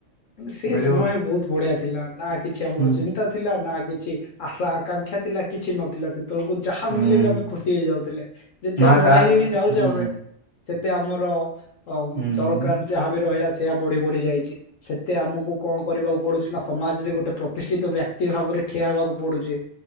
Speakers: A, on the left; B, on the left.
A: ସେ
B: ମିଳିବ
A: ସମୟ ବହୁତ ବଢିଆ ଥିଲା ନା କିଛି ଆମର
B: ହୁଁ
A: ଚିନ୍ତା ଥିଲା ନା କିଛି ଆଶା ଆକାଂକ୍ଷା ଥିଲା କିଛି ନଥିଲା। ସେତେବେଳକୁ ଯାହା
B: ହୁଁ
A: ମିଳିଲେ ବି ଆମେ ଖୁସି ହେଇ ଯାଉଥିଲେ ।ଯେତେ
B: ନା
A: ବଡ
B: କା
A: ହେଇ ହେଇ ଯାଉଛେ
B: ହୁଁ
A: ଆମେ ଏ ଆମର ହ
B: ହୁଁ
A: ଦରକାର ଯାହା ବି ରହିଲା ସେଇଆ ବଢି ବଢି ଯାଇଛି। ସେ ଏତେ ଆମକୁ କଣ କରିବାକୁ ପଡୁଛି ନା ସମାଜରେ ଗୋଟେ ପ୍ରତିଷ୍ଠିତ ବ୍ୟକ୍ତି ଭାବରେ ଠିଆ ହେବାକୁ ପଡୁଛି